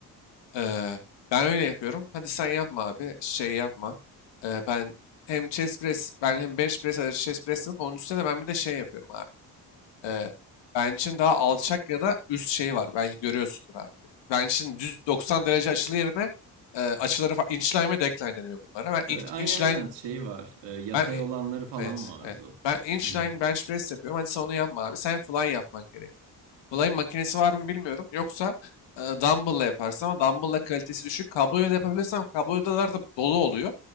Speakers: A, on the left (about 80°); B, on the right (about 80°).
A: Ee, ben öyle yapıyorum. Hadi sen yapma abi. Şey yapma. Ee, ben hem chest press, ben hem bench press, chest press yapıp onun üstüne de ben bir de şey yapıyorum abi. Ee, bench'in daha alçak ya da üst şeyi var. Belki görüyorsundur abi. Bench'in düz 90 derece açılı yerine e, açıları fa- inchline ve decline deniyor bunlara. Ben
B: Ve
A: inch,
B: aynen
A: inchline
B: aynen şey var. Ee, yatay
A: ben e,
B: olanları falan
A: evet
B: vardı.
A: evet. Ben inchline
B: Hı hı.
A: bench press yapıyorum. Hadi sen onu yapma abi. Sen fly yapman gerekiyor. Fly makinesi var mı bilmiyorum. Yoksa e, dumbbell'la yaparsın ama dumbbell'la kalitesi düşük. Kabloyla da yapabilirsem kablolar da dolu oluyor.